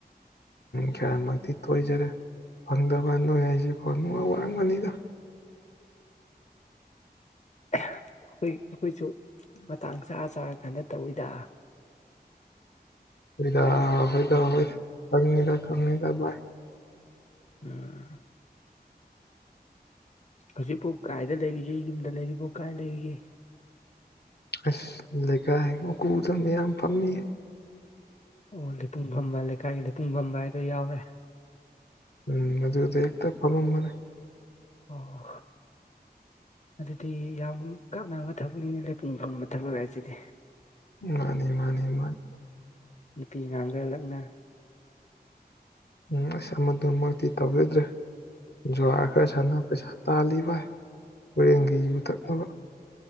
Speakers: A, on the left; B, on the left.
A: ꯈꯔꯃꯛꯇꯤ ꯇꯣꯏꯖꯔꯦ ꯐꯪꯗꯕ ꯅꯣꯏ ꯒꯩꯖꯦ ꯐꯣꯟ ꯅꯨꯡ ꯋꯥꯔꯝꯒꯅꯤꯗ
B: ꯑꯩꯈꯣꯏ ꯑꯩꯈꯣꯏꯁꯨ ꯃꯇꯥꯡ ꯆꯥ ꯆꯥꯔ ꯀꯥꯟꯗ ꯇꯧꯋꯤꯗ
A: ꯍꯣꯏꯗ ꯍꯣꯏꯗ ꯍꯣꯏ ꯈꯪꯉꯤꯗ ꯈꯪꯉꯤꯗ ꯚꯥꯏ
B: <unintelligible> ꯍꯧꯖꯤꯛꯄꯨ ꯀꯥꯏꯗ ꯂꯩꯔꯤꯒꯦ ꯌꯨꯝꯗ ꯂꯩꯔꯤꯕꯣ ꯀꯥꯏ ꯂꯩꯔꯤꯒꯦ
A: ꯑꯁ ꯂꯩꯀꯥꯏ ꯎꯀꯨꯗ ꯃꯌꯥꯝ ꯐꯝꯃꯤꯌꯦ
B: ꯑꯣ ꯂꯤꯄꯨꯡ ꯐꯝꯕ ꯂꯩꯀꯥꯏꯒꯤ ꯂꯤꯄꯨꯡ ꯐꯝꯕ ꯍꯥꯏꯗꯣ ꯌꯥꯎꯔꯦ
A: ꯎꯝ ꯑꯗꯨꯗ ꯍꯦꯛꯇ ꯐꯃꯝꯕꯅꯤ
B: ꯑꯣ ꯑꯗꯨꯗꯤ ꯌꯥꯝ ꯀꯥꯟꯅꯕ ꯊꯕꯛꯅꯤꯅꯦ ꯂꯩꯄꯨꯡ ꯐꯝꯕ ꯊꯕꯛ ꯍꯥꯏꯁꯤꯗꯤ
A: ꯃꯥꯟꯅꯤ ꯃꯥꯟꯅꯤ ꯃꯥꯟꯅꯤ
B: ꯅꯨꯄꯤ ꯑꯉꯥꯡ ꯈꯔ ꯂꯛꯅ
A: ꯎꯝ ꯑꯁ ꯃꯗꯨꯃꯛꯇꯤ ꯇꯧꯖꯗ꯭ꯔꯦ ꯖꯨꯋꯥꯔ ꯈꯔ ꯁꯥꯟꯅ ꯄꯩꯁꯥ ꯇꯥꯜꯂꯤ ꯚꯥꯏ ꯍꯣꯔꯦꯟꯒꯤ ꯌꯨ ꯊꯛꯅꯕ